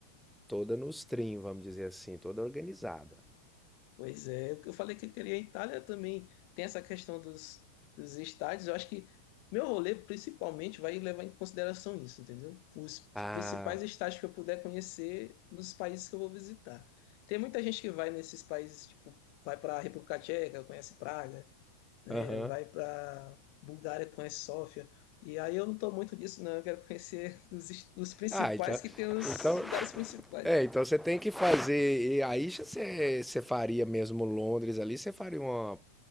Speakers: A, in the centre; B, on the left.
A: Toda nos trim, vamos dizer assim, toda organizada.
B: pois é. Eu falei que eu queria a Itália também. Tem essa questão dos, dos estádios. Eu acho que meu rolê principalmente vai levar em consideração isso, entendeu? Os
A: Ah,
B: principais estádios que eu puder conhecer nos países que eu vou visitar. Tem muita gente que vai nesses países, tipo, vai para a República Tcheca, conhece Praga, né?
A: aham.
B: Vai para Bulgária, conhece Sófia. E aí eu não tô muito disso, não. Eu quero conhecer os, os principais
A: Ah, então,
B: que tem os
A: então,
B: lugares principais.
A: é, então você tem que fazer. E aí você, você faria mesmo Londres ali, você faria uma